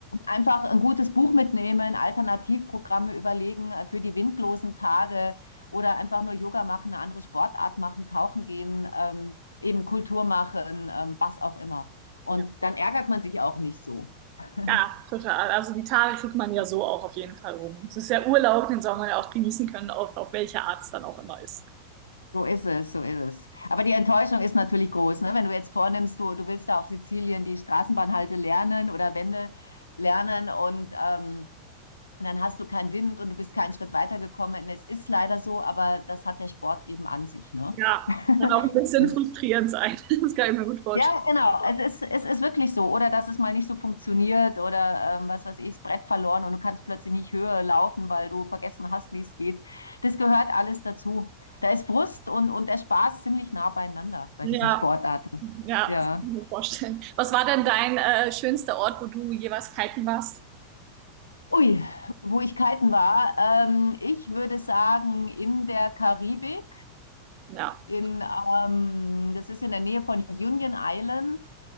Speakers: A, on the left; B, on the right.
A: einfach ein gutes Buch mitnehmen, Alternativprogramme überlegen äh, für die windlosen Tage oder einfach nur Yoga machen, eine andere Sportart machen, tauchen gehen, ähm, eben Kultur machen, ähm, was auch immer. Und
B: Ja,
A: dann ärgert man sich auch nicht so. <laughs>
B: Ja, total. Also die Tage kriegt man ja so auch auf jeden Fall rum. Und Es ist ja Urlaub, den soll man ja auch genießen können, auf, auf welche Art es dann auch immer ist.
A: So ist es, so ist es. Aber die Enttäuschung ist natürlich groß, ne? Wenn du jetzt vornimmst, du, du willst da auf Sizilien die Straßenbahnhalte lernen oder Wände lernen und, ähm, und dann hast du keinen Wind und du bist keinen Schritt weitergekommen. Es ist leider so, aber das hat der Sport eben an sich, ne?
B: Ja,
A: <laughs>
B: kann auch ein bisschen
A: Das
B: frustrierend sein. <laughs> Das kann ich mir gut vorstellen.
A: ja, genau. Es ist, es ist wirklich so. Oder dass es mal nicht so funktioniert oder ähm, was weiß ich, das Brett verloren und du kannst plötzlich nicht höher laufen, weil du vergessen hast, wie es geht. Das gehört alles dazu. Da ist Frust und, und der Spaß ziemlich nah beieinander bei
B: Ja,
A: diesen Sportarten.
B: ja,
A: Ja.
B: das kann ich mir vorstellen. Was war denn dein äh, schönster Ort, wo du jeweils kiten warst?
A: Ui, wo ich kiten war. Ähm, ich würde sagen, in der Karibik,
B: Ja.
A: in, ähm, das ist in der Nähe von Union Island.